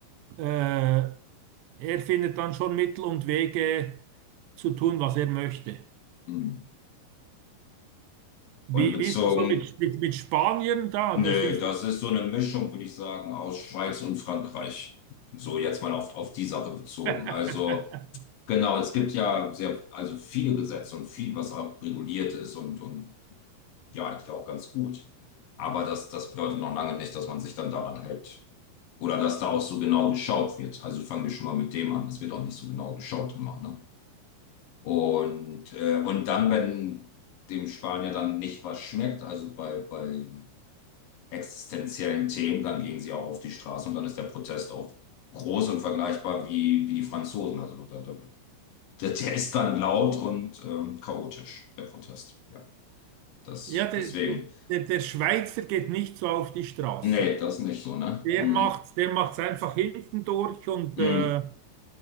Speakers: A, on the right; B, on the left.
A: äh, er findet dann schon Mittel und Wege zu tun, was er möchte.
B: Mhm.
A: Wie,
B: Und bezogen,
A: wie ist es so mit, mit, mit Spaniern da?
B: nee,
A: Was ist
B: das
A: da?
B: ist so eine Mischung, würde ich sagen, aus Schweiz und Frankreich. So jetzt mal auf, auf die Sache bezogen.
A: <laughs>
B: Also, genau, es gibt ja sehr, also viele Gesetze und viel, was auch reguliert ist und, und Ja, eigentlich auch ganz gut. Aber das, das bedeutet noch lange nicht, dass man sich dann daran hält. Oder dass da auch so genau geschaut wird. Also fangen wir schon mal mit dem an. Es wird auch nicht so genau geschaut immer, ne? Und, äh, und dann, wenn dem Spanier dann nicht was schmeckt, also bei, bei existenziellen Themen, dann gehen sie auch auf die Straße und dann ist der Protest auch groß und vergleichbar wie, wie die Franzosen. Also da, da, der, der ist dann laut und ähm, chaotisch, der Protest. Ja, das,
A: Ja, der,
B: deswegen.
A: der, der Schweizer geht nicht so auf die Straße.
B: Nee, das nicht so, ne?
A: Der
B: Hm,
A: macht, der macht's einfach hinten durch und
B: hm,
A: äh,